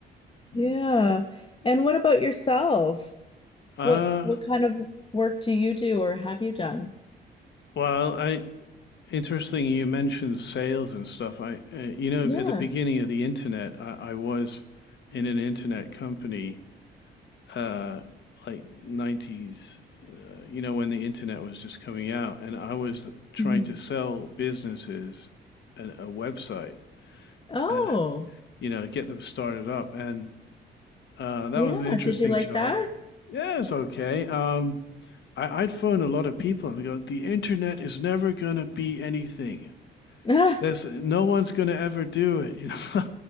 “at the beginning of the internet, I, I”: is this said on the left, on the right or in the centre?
Left